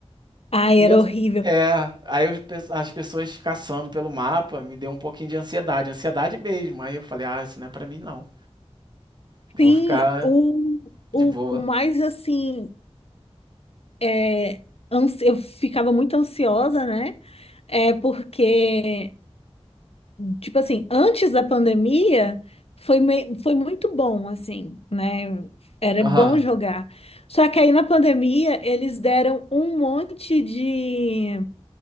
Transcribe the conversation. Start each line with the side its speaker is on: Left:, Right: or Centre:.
Left: Ai,
Right: E
Left: era
Right: as-
Left: horrível.
Right: é, aí eu pe- as pessoas caçando pelo mapa me deu um pouquinho de ansiedade, ansiedade mesmo. Aí eu falei, ah, isso não é pra mim não. Vou
Left: Sim,
Right: ficar
Left: o,
Right: de
Left: o,
Right: boa.
Left: o mais assim. É, ansi- eu ficava muito ansiosa, né? É porque, tipo assim, antes da pandemia, foi, mei- foi muito bom, assim, né? Era
Right: Aham.
Left: bom jogar. Só que aí na pandemia, eles deram um monte de.